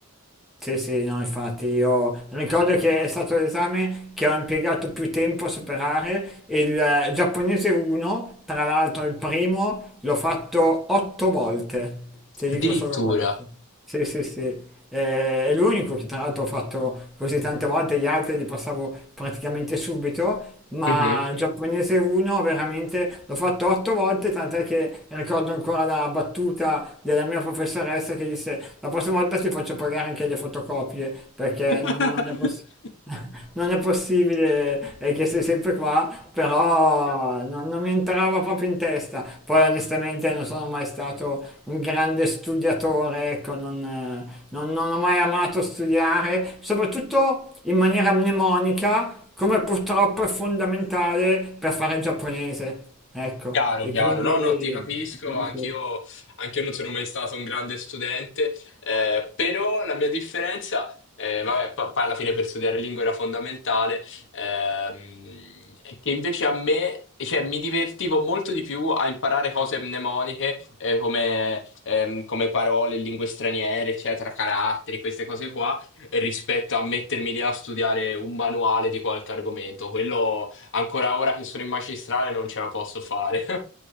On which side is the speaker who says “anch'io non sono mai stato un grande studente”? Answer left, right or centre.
Left